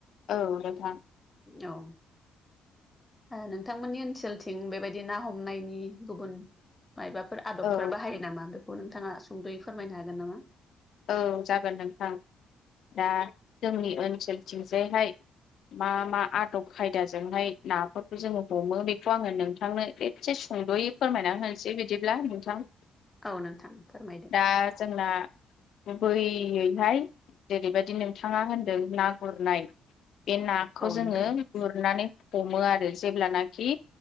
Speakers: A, on the left; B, on the left.
A: औ नोंथां
B: औ नोंथांमोननि ओनसोलथिं बेबायदि ना हमनायनि गुबुन मायबाफोर आदबफोर
A: औ
B: बाहायो नामा बेखौ नोंथाङा सुंद'यै फोरमायनो हागोन नामा
A: औ जागोन नोंथां दा जोंनि ओनसोलथिंजायहाय मा मा आदब खायदाजोंहाय नाफोरखौ जोङो हमो बेखौ आङो नोंथांनो एसे सुंद'यै फोरमायना होनोसै बिदिब्ला नोंथां
B: औ नोंथां फोरमायदो
A: दा जोंना गुबैयैहाय जेरैबायदि नोंथाङा होनदों ना गुरनाय बे नाखौ
B: औ
A: जोङो
B: नोंथां
A: गुरनानै हमो आरो जेब्लानाखि